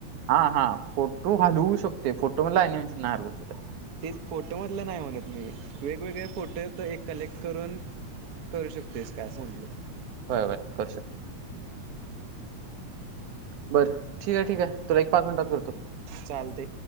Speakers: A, on the right (about 90°); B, on the right (about 45°).
A: हा हा फोटो हालवू शकते फोटो मधला, अनिमेशन नाय हलवू शकत
B: ते फोटोमधलं नाही म्हणत, मी वेगवेगळे फोटो कलेक्ट करून करू शकतेस काय सोडलं
A: होय होय करू शकते. बर ठीक, ठीक, आहे तुला एक पाच मिनिटात करतो.
B: चालते.